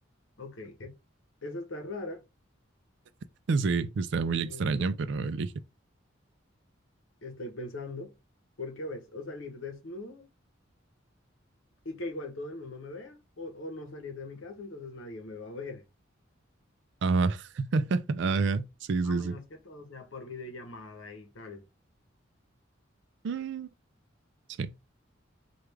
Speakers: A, on the left; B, on the right.
A: Ok, e- esa está rara.
B: <laughs> Sí, está muy extraño,
A: Mm,
B: pero elige.
A: Estoy pensando, porque a veces, o salir desnudo y que igual todo el mundo me vea, o, o no salir de mi casa, entonces nadie me va a ver,
B: Ajá. <laughs> Ajá. Sí,
A: a
B: sí,
A: menos
B: sí.
A: que todo sea por videollamada y tal.
B: Mm, Sí,